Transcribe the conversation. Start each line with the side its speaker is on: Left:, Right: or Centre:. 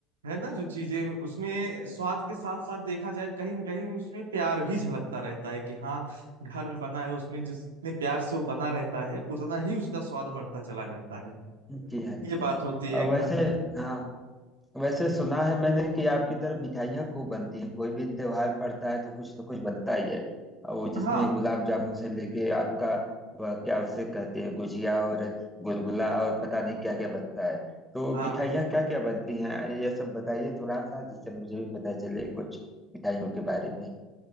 Right: है ना जो चीजें उसमें स्वाद के साथ साथ देखा जाए कहीं ना कहीं उसमें प्यार भी झलकता रहता है कि हाँ घर में बना है उसमें जितने प्यार से वो बना रहता है उतना ही उसका स्वाद बढ़ता चला जाता है
Centre: जी हाँ
Right: ये
Centre: जी
Right: बात
Centre: हाँ
Right: होती है
Centre: और
Right: घर
Centre: वैसे
Right: पे
Centre: हाँ वैसे
Right: हाँ
Centre: सुना है मैंने कि आपकी तरफ मिठाइयाँ खूब बनती हैं कोई भी त्योहार पड़ता है तो कुछ न कुछ बनता ही है और वो जिसमें
Right: हाँ
Centre: गुलाब जामुन से लेके आपका वह क्या उसे कहते हैं गुजिया और गुलगुला और पता नहीं क्या क्या बनता है तो
Right: हाँ
Centre: मिठाइयाँ
Right: भैया
Centre: क्या क्या बनती हैं ये सब बताइए थोड़ा सा जिससे मुझे भी पता चले कुछ मिठाइयों के बारे में